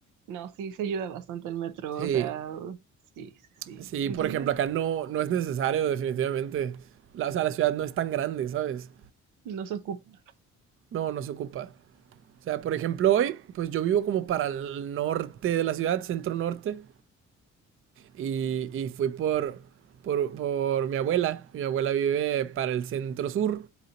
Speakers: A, on the right; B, on the right.
A: No, sí, se ayuda bastante el metro,
B: Sí,
A: o sea, sí, sí, sí.
B: Sí,
A: Entonces,
B: por ejemplo, acá no, no es necesario, definitivamente. La, o sea, la ciudad no es tan grande, ¿sabes?
A: nos ocupa.
B: No, no se ocupa. O sea, por ejemplo, hoy, pues yo vivo como para el norte de la ciudad, centro norte, y, y fui por, por, por mi abuela. Mi abuela vive para el centro sur,